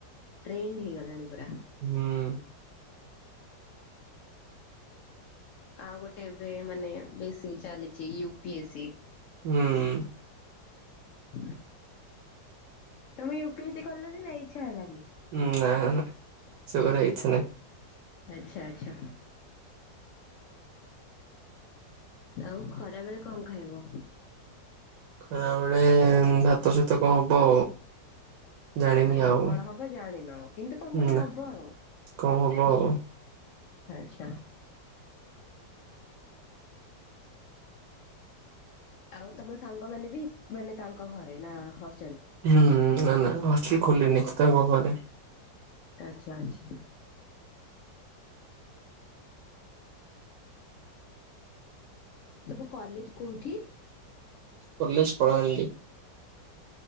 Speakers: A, on the left (about 80°); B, on the right (about 75°).
A: ଟ୍ରେଣ୍ଡ ହେଇଗଲାଣି ପୁରା ।
B: ହୁଁ ।
A: ଆଉ ଗୋଟେ ଏବେ ମାନେ ବେଶୀ ଚାଲିଛି ୟୁ ପି ଏ ସି ।
B: ହୁଁ ।
A: ହ ତମେ ୟୁ ପି ଏ ସି କଲନି ନା ଇଛା ହେଲାନି ।
B: ନା ନା ସେଗୁରା ଇଛା ନାହିଁ ।
A: ଆଛା ଆଚ୍ଛା। ଆଉ ଖରାବେଳେ କଁ ଖାଇବ?
B: ଖରା ବେଳେ ଭାତ ସହିତ କଣ ହବ? ଜାଣିନି
A: ଆଛା
B: ଆଉ।
A: କଣ ହବ ଜାଣିନ, କିନ୍ତୁ କଣ ଗୋଟେ
B: ନା
A: ହବ ଆଉ?
B: କଣ ହବ
A: ଆଚ୍ଛା
B: ଆଉ
A: ଆଚ୍ଛା। ଆଉ ତମ ସାଙ୍ଗମାନେ ବି ମାନେ ତାଙ୍କ ଘରେ ନା ହ
B: ହୁଁ ନା ନା ହଷ୍ଟେଲ ଖୋଲିନି, ତାଙ୍କ ଘରେ।
A: ଆଛା ଆଛା। ସବୁ କଲେଜ କୋଉଠି?
B: କଲେଜ କଳାହାଣ୍ଡି।